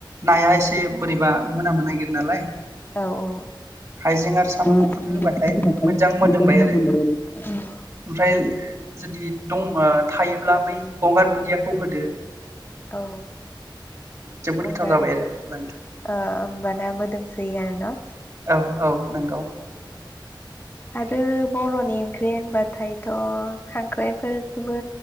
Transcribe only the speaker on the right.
नाया एसे से बोरैबा मोनामनो नागिरो नालाय
हाइजें आरो सामब्राम
गुफुरखौ होबाथाय
मोदोमबाय आरो
ओमफ्राय जुदि दं ओ थायो ब्ला बै गंगार दुन्दियाखौ होदो
जोबोद
गोथाव जाबाय आरो अब्लानिया
औ औ नोंगौ।